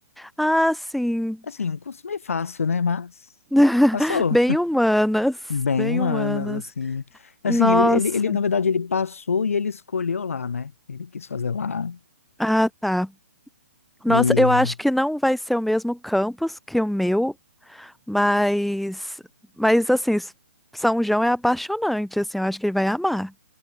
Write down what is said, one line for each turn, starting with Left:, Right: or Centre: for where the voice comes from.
Centre: Ah, sim.
Left: Assim, um curso meio fácil, né? Mas
Centre: <laughs>
Left: passou
Centre: Bem humanas,
Left: bem
Centre: bem
Left: humanas,
Centre: humanas.
Left: assim. Assim,
Centre: Nossa.
Left: ele, ele, ele, na verdade, ele passou e ele escolheu lá, né? Ele quis fazer lá.
Centre: Ah, tá. Nossa,
Left: E
Centre: eu acho que não vai ser o mesmo campus que o meu, mas mas assim, São João é apaixonante, assim, eu acho que ele vai amar.